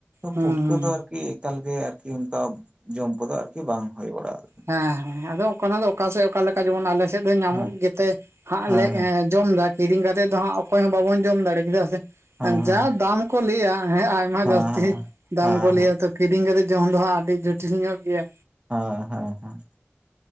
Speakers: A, on the right; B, on the right.
A: ᱦᱩᱸ
B: ᱯᱩᱴᱠᱟᱹ
A: ᱦᱩᱸ
B: ᱫᱚ ᱟᱨᱠᱤ ᱮᱠᱟᱞ ᱜᱮ ᱟᱨᱠᱤ ᱚᱱᱠᱟ ᱡᱚᱢ ᱠᱚᱫᱚ ᱟᱨᱠᱤ ᱵᱟᱝ ᱦᱩᱭ ᱵᱟᱲᱟᱜ-ᱟ᱾
A: ᱦᱮᱸ ᱦᱮᱸ ᱦᱮᱸ, ᱟᱫᱚ ᱚᱠᱟᱱᱟᱜ ᱫᱚ ᱚᱠᱟ ᱥᱮᱫ ᱚᱠᱟ ᱞᱮᱠᱟ? ᱡᱮᱢᱚᱱ ᱟᱞᱮ ᱥᱮᱫ ᱫᱚ ᱧᱟᱢᱚᱜ
B: ᱦᱮᱸ
A: ᱜᱮᱛᱮ ᱦᱟᱸᱜ
B: ᱦᱮᱸ
A: ᱞᱮ ᱮ ᱡᱚᱢ ᱮᱫᱟ, ᱠᱤᱨᱤᱧ ᱠᱟᱛᱮ ᱫᱚ ᱦᱟᱸᱜ ᱚᱠᱚᱭ ᱦᱚᱸ ᱵᱟᱵᱚᱱ ᱡᱚᱢ ᱫᱟᱲᱮᱭᱟᱜ᱾ ᱪᱮᱫᱟᱜ ᱥᱮ
B: ᱦᱮᱸ ᱦᱮᱸ
A: ᱡᱟ ᱫᱟᱢ ᱠᱚ ᱞᱟᱹᱭᱟ ᱦᱟᱸᱜ ᱩᱱᱟᱹᱜ
B: ᱦᱮᱸ ᱦᱮᱸ
A: ᱡᱟᱹᱥᱛᱤ ᱫᱟᱢ
B: ᱦᱮᱸ
A: ᱠᱚ ᱞᱟᱹᱭᱟ ᱛᱚ ᱠᱤᱨᱤᱧ ᱠᱟᱛᱮ ᱡᱚᱢ ᱫᱚ ᱦᱟᱸᱜ ᱟᱹᱰᱤ ᱡᱚᱴᱤᱞ ᱧᱚᱜ ᱜᱮᱭᱟ᱾
B: ᱦᱮᱸ, ᱦᱮᱸᱦᱮᱸ,